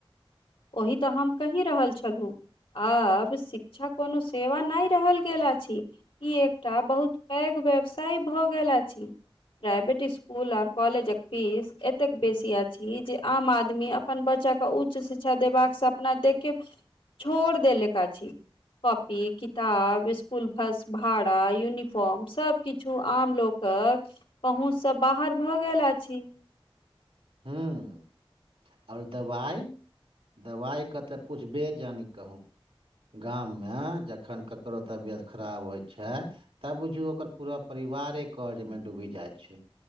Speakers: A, on the left; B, on the right.
A: ओहि तऽ हम कही रहल छलहुँ आब शिक्षा कोनो सेवा नय रहल गेल अछि ई एकटा बहुत पैघ व्यवसाय भऽ गेल अछि प्राइवेट इसकुल आआर कॉलेजक फीस एतेक बेसी अछि जे आम आदमी अ अपन बच्चा केँ उच्च शिक्षा देबाक सपना देख केँ छोड़ देेलक अछि कॉपी किताब इसकुल बस भाड़ा यूनिफॉर्म सब किछु आम लोक कऽ पहुँच सँ बाहर भऽ गेला अछि
B: हुँ आओर दवाइ - दवाइ कऽ तऽ पुछबे जा नय कहू गाम मे जखन ककरो तबियत खराब होइ छै तऽ बुझू ओकर पूरा परिवारे कर्जमे डूबी जाइ छै